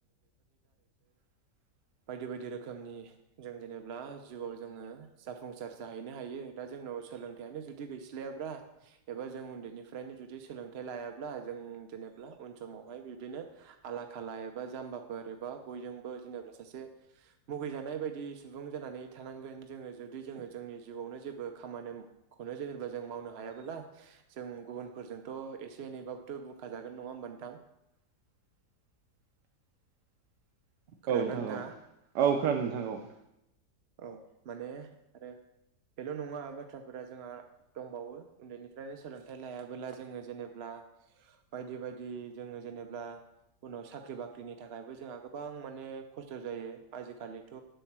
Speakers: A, on the right; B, on the right.
A: <inaudible>
B: बायदि बायदि रोखोमनि जों जेनेबा जिउआव जोङो जाफुंसार जाहैनो हायो दा जोंनाव ब्ला एबा जों उन्दैनिफ्रायनो जुदि सोलोंथाइ लायाब्ला जों जेनेब्ला उन समावहाय बिदिनो आला खाला एबा जामबाफोर एबा बयजोंबो जेनेब्ला सासे मुैगैजानाय बाय दि सुबुं जानानै थानांगोन जोङो जुदि जोङो जोंनि जिउआवनो जेबो खामानिखौनो जेनेब्ला जों मा मावनो हायाबोला जों गुबुनफोरजोंथ' एसे एनैबाबोथ' बुंखा जागोन नङा होमबा नोंथां।
A: <inaudible>
B: खोनादोंना
A: औ नोंथां
B: नोंथाङा
A: औ-औ खोनादों नोंथां औ।
B: औ माने आरो बेल' नङा बाथ्राफोरा जोंहा दंबावो उन्दैनिफ्रायनो सोलोंथाइ लायाबोला जोङो जेनेब्ला बायदि-बायदि जोङो जेनेब्ला उनाव साख्रि बाख्रिनि थाखायबो जोंहा गोबां माने खस्थ' जायो आजिखालिथ'